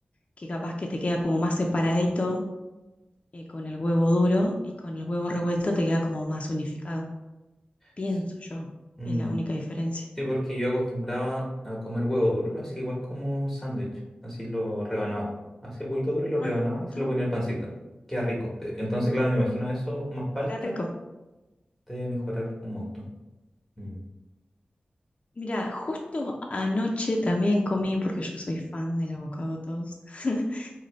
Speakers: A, on the left (about 40°); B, in the centre.
A: que capaz que te queda como más separadito eh, con el huevo duro y con el huevo revuelto te queda como más unificado, pienso
B: Sí,
A: yo,
B: Mm,
A: es la única diferencia.
B: sí, porque yo acostumbraba a comer huevo duro, lo hacía igual como sándwich. Así lo rebanaba. Hacía el huevito duro y lo rebanaba
A: Ah, está
B: y se lo
A: bueno,
B: ponía al pancito. Queda rico. Pe- Entonces, claro, me imagino eso más palta
A: queda rico.
B: debe mejorar un montón. Mm,
A: Mira, justo anoche también comí, porque yo soy fan del avocado toast. <laughs>